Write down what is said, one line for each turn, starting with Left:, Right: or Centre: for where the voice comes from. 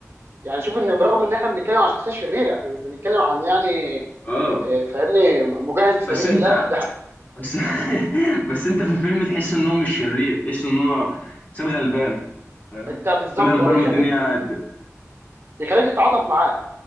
Right: يعني شوف ان برغم ان احنا بنتكلم عن شخصيه شريره احنا مش بنتكلم عن يعني
Left: اه
Right: آه، فاهمني مجاهد في
Left: بس
Right: سبيل
Left: انت
Right: الله <laughs> ده
Left: بس <laughs> بس انت في الفيلم تحس ان هو مش شرير تحس ان هو انسان غلبان فاهم
Right: انت بالظبط
Left: انسان غلبان
Right: هو بيخليك
Left: والدنيا
Right: تت...
Left: قد
Right: بيخليك تتعاطف معاه